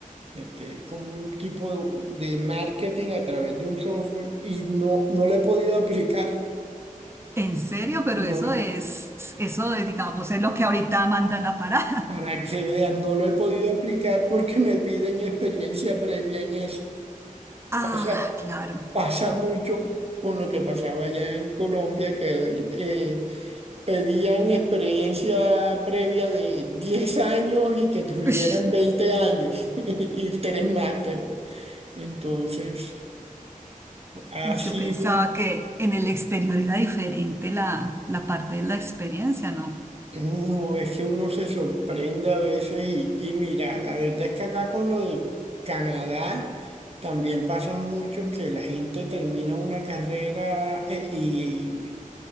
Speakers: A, on the right (about 45°); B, on the right (about 20°).
A: eh, que es como un tipo de marketing a través de un software y no, no lo he podido aplicar,
B: En serio, pero
A: no.
B: eso es, eso es, digamos, es lo que ahorita manda la parada.
A: Para
B: <laughs>
A: que veas, no lo he podido aplicar porque me piden experiencia previa en eso.
B: Ah,
A: pasa
B: claro.
A: Pasa mucho con lo que pasaba allá en Colombia, que eh, pedían experiencia previa de 10 años y que tuvieran
B: Ush.
A: 20 años <laughs> y tres másteres. Entonces, ha
B: Yo
A: sido
B: pensaba que en el exterior era diferente la, la parte de la experiencia, ¿no?
A: No, es que uno se sorprende a veces y, y mira, la verdad es que acá con lo de Canadá también pasa mucho que la gente termina una carrera eh, y,